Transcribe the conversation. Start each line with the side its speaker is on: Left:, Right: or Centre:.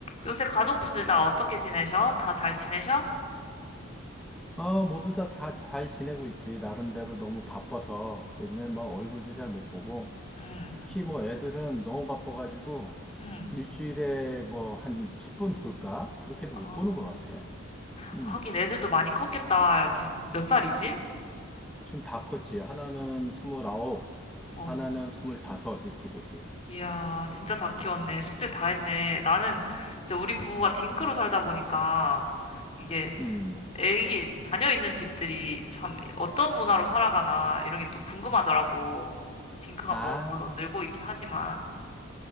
Left: 요새 가족분들 다 어떻게 지내셔? 다 잘 지내셔?
Centre: 아, 모두 다 다 잘 지내고 있지. 나름대로 너무 바빠서 요즘에 뭐 얼굴도 잘 못 보고
Left: 응,
Centre: 특히 뭐 애들은 너무 바빠가지고
Left: 응.
Centre: 일주일에 뭐 한 10분 볼까? 그렇게도
Left: 아,
Centre: 못 보는 것 같아. 음,
Left: 하긴 애들도 많이 컸겠다. 지금 몇 살이지?
Centre: 지금 다 컸지. 하나는 29,
Left: 어.
Centre: 하나는 25 이렇게 되지.
Left: 이야, 진짜 다 키웠네. 숙제 다 했네. 나는 이제 우리 부부가 딩크로 살다 보니까 이게
Centre: 음,
Left: 애기, 자녀 있는 집들이 참 어떤 문화로 살아가나 이런 게 또 궁금하더라고. 딩크가
Centre: 아,
Left: 뭐, 물론 늘고 있긴 하지만.